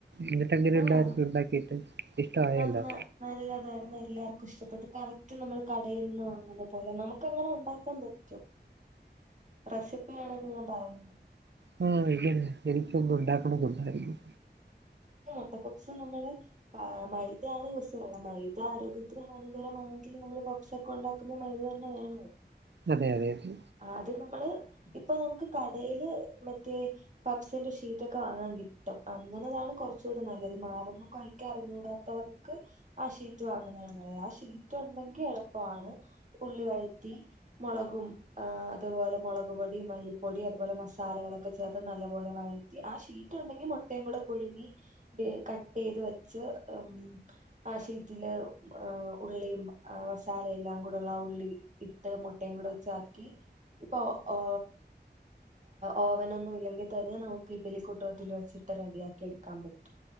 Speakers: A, on the right; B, on the right.
A: എന്നിട്ടെങ്ങനെ
B: ആഹ്
A: ഉണ്ടായിരുന്നു ഉണ്ടാക്കിട്ട് ഇഷ്ടമായൊല്ലാം
B: നന്ന നല്ലതായിരുന്നു എല്ലാവർക്കും ഇഷ്ടപ്പെട്ട് കറക്റ്റ് നമ്മൾ കടയിൽ നിന്ന് വാങ്ങുന്ന പോലെ നമുക്ക് അങ്ങനെ ഉണ്ടാക്കാൻ പ റ്റും റെസിപ്പി വാണെങ്കിൽ ഞാൻ പറഞ്ഞ
A: ഉം <unintelligible> എനിക്കൊന്ന് ഉണ്ടാക്കണന്നുണ്ടായിന്നു.
B: മുട്ടപപ്സ് നമ്മള് മൈദയാണ് യൂസ് ചെയ്യുന്നത് മൈദ ആരോഗ്യത്തിന് ഹാനികരമാണെങ്കിലും നമ്മള് പ പ്സൊക്കെ ഉണ്ടാക്കുമ്പോ മൈദ തന്നെ വേണോലോ
A: അതെ അതെ അതെ
B: ആദ്യം നമ്മള് ഇപ്പൊ നമ്മക്ക് കടയില് മറ്റേ പപ്സിന്റെ ഷീറ്റ് ഒക്കെ വാങ്ങാൻ കിട്ടും അങ്ങനെതാണ് കൊ റച്ചൂടെ നല്ലത് മാവൊന്നും കൊഴക്കാൻ അറിഞ്ഞൂടാത്തവർക്ക്. ആ ഷീറ്റ് വാങ്ങുന്നതാണ് നല്ലത് ആ ഷീറ്റ് ഉണ്ടെങ്കിൽ എളുപ്പമാണ് ഉള്ളി വഴറ്റി. മൊളകും അതുപോലെ മൊളക് പൊടിം മല്ലിപ്പൊടി അതുപോലെ മസാലകളൊക്കെ ചേർത്ത് നല്ലപോലെ വയ് റ്റി ആ ഷീറ്റ് ഉണ്ടെങ്കിൽ മുട്ടയും കൂടെ പുഴുങ്ങി കട്ട് ചെയ്ത് വെച്ച് ഉം. ആ ഷീറ്റില് ഉള്ളിയും ആ മസാല എല്ലാം കൂടെള്ള ആ ഉള്ളി. ഇട്ട് മുട്ടയും കൂടെ വച്ചാക്കി ഇപ്പൊ ഓ ഓ ഓവനൊന്നും ഇല്ലെങ്കി തന്നെ നമുക്ക് ഇഡലി കുട്ടകത്തിൽ വെച്ചിട്ട് റെഡിയാക്കി ടു ക്കാം പറ്റും